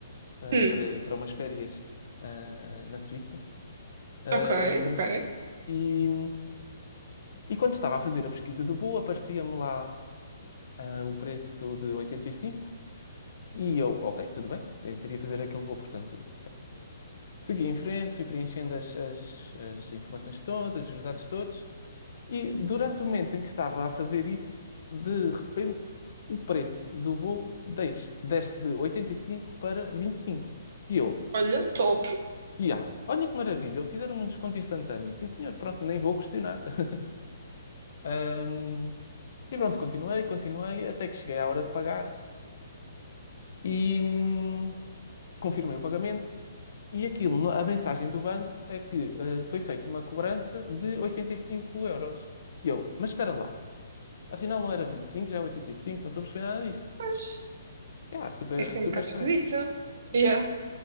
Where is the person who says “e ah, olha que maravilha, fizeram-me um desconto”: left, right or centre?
Left